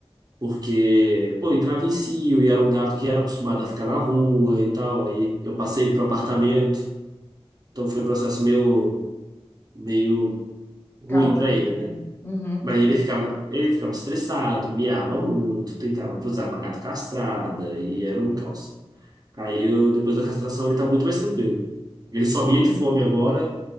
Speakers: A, on the right; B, on the left.
A: Porque, pô, entrava em cio e era um gato que era acostumado a ficar na rua e tal. Aí eu passei ele pro apartamento. Então foi um processo meio, meio ruim
B: Caótico,
A: pra ele,
B: né?
A: né?
B: Uhum,
A: Mas ele ficava, ele ficava estressado, miava muito, tentava cruzar com a gata castrada e era um caos. Aí eu, depois da castração, ele tá muito mais tranquilo. Ele só mia de fome agora,